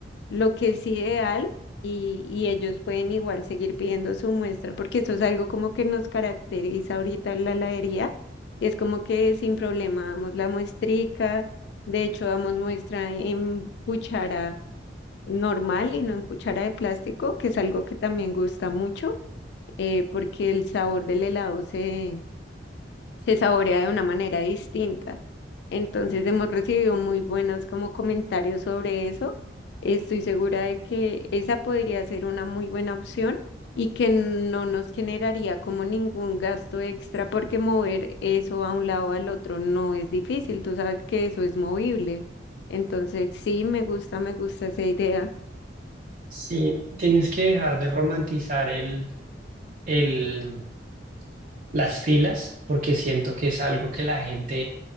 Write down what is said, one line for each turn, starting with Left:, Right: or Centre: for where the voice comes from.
Left: lo que es ideal y, y ellos pueden igual seguir pidiendo su muestra, porque eso es algo como que nos caracteriza ahorita en la heladería, y es como que sin problema damos la muestrica, de hecho damos muestra en cuchara normal y no en cuchara de plástico, que es algo que también gusta mucho, eh, porque el sabor del helado se, se saborea de una manera distinta. Entonces hemos recibido muy buenos como comentarios sobre eso. Estoy segura de que esa podría ser una muy buena opción y que no nos generaría como ningún gasto extra porque mover eso a un lado al otro no es difícil. Tú sabes que eso es movible. Entonces sí, me gusta, me gusta esa idea.
Right: Sí, tienes que dejar de romantizar el, el, las filas, porque siento que es algo que la gente